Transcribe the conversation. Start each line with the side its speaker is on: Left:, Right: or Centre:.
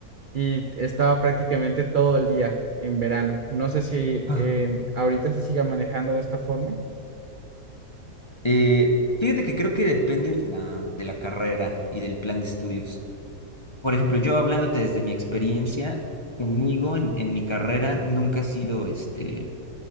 Right: y estaba prácticamente todo el día en verano. No sé si
Left: Ah.
Right: eh, ahorita se siga manejando de esta forma.
Left: Eh, fíjate que creo que depende de la, de la carrera y del plan de estudios. Por ejemplo, yo hablándote desde mi experiencia, conmigo en, en mi carrera nunca ha sido este,